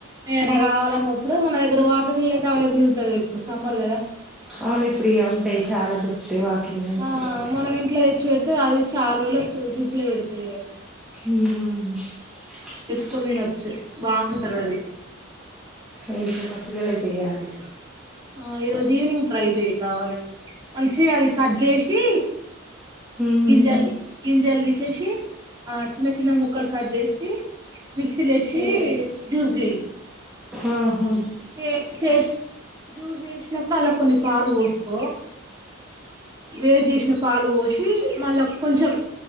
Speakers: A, on the right; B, in the centre.
A: ఏదన్నా కావాలన్నప్పుడు మన దగ్గర వాటర్ మిల్ అయితే అవైలబుల్ ఉంటది గా ఇప్పుడు సమ్మర్ కదా
B: అవును ఇప్పుడు ఇగా ఉంటాయి చాలా దొరుకుతాయి వాటర్ మిలన్
A: ఆ
B: <unintelligible>
A: మనం ఇంట్లో తెచ్చి పెడితే అది చాలారోజులకి డి ఫ్రిడ్జ్ లో పెడతాము ఇగ
B: ఊహు
A: కొ తినొచ్చు బాగుంటుంది అది
B: అయితె మా పిల్లలె చేయాలి.
A: ఆ ఈ రోజు ఈవినింగ్ ట్రై చెయ్ కావాలంటె మంచి అది కట్జేసి.
B: ఉమ్
A: గింజల్ గింజల్ తిశేషి. ఆ చిన్న చిన్న ముక్కల్ కట్జె చ్చి మిక్సి లేసి జ్యుజెయ్
B: ఆహ
A: చే చేస్ జూస్ చేస్న ప్పాల కొన్ని పాలు పోస్కో వేడి జేస్న పాలు పోసి మళ్ళ కొంచెం,